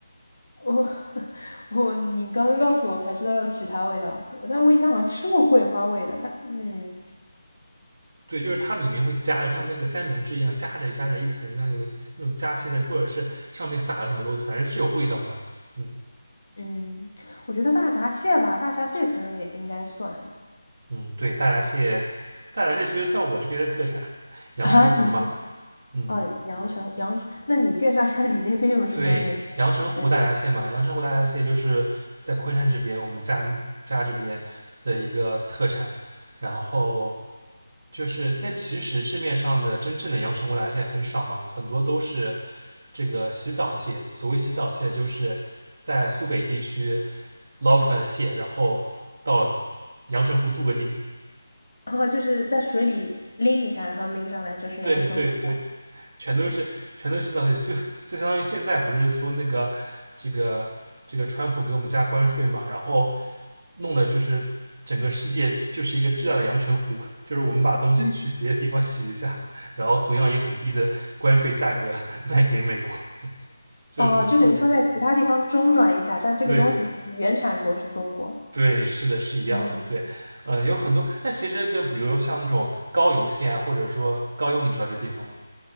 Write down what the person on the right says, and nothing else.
对，就是它里面会夹着像那个三明治一样夹着夹着一层，像有那种夹心的，或者是上面撒了什么东西，反正是有味道的。嗯
嗯，对，大闸蟹，大闸蟹其实算我这边的特产，阳澄湖嘛。
嗯，
对，阳澄湖大闸蟹嘛，
阳澄湖大闸蟹就是在昆山这边，我们家家这边的一个特产。然后就是，但其实市面上的真正的阳澄湖大闸蟹很少嘛，很多都是这个洗澡蟹。所谓洗澡蟹，就是在苏北地区捞出来的蟹，然后到阳澄湖镀个金。
对对对，全都是全都是洗澡就就相当于现在不是说那个这个这个川普给我们加关税嘛，然后弄的就是整个世界就是一个巨大的阳澄湖，<laughs> 就是我们把东西去别的地方洗一下，
然后同样以很低的关税价格 <laughs> 卖给美国，<laughs> 就是这种套路。
对对，是的，是一样的。
对，嗯，有很多，但其实就比如像那种高邮县啊，或者说高邮，你知道这地方吗？